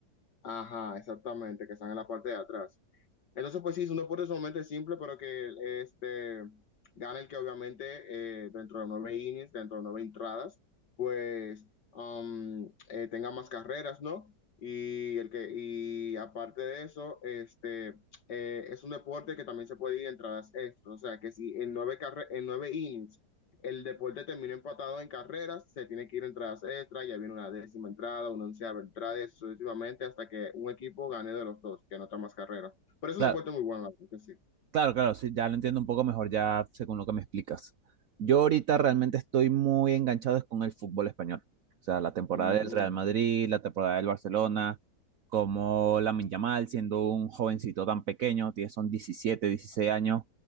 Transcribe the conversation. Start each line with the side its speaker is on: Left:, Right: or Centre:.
Left: Ajá, exactamente, que están en la parte de atrás. Entonces, pues sí, es un deporte sumamente simple, pero que este, gana el que obviamente eh, dentro de nueve innings, dentro de nueve entradas, pues um, eh, tenga más carreras, ¿no? Y, el que, y aparte de eso, este, eh, es un deporte que también se puede ir entradas extras. O sea, que si en nueve, carre en nueve innings el deporte termina empatado en carreras, se tiene que ir entradas extras, ya viene una décima entrada, una onceava entrada, y así sucesivamente hasta que un equipo gane de los dos, que anota más carreras. Pero es
Right: Claro.
Left: una puerta muy buena, la verdad que sí.
Right: Claro, claro, sí, ya lo entiendo un poco mejor ya según lo que me explicas. Yo ahorita realmente estoy muy enganchado es con el fútbol español. O sea, la temporada
Left: Mm.
Right: del Real Madrid, la temporada del Barcelona, como Lamine Yamal, siendo un jovencito tan pequeño, tiene son 17, 16 años,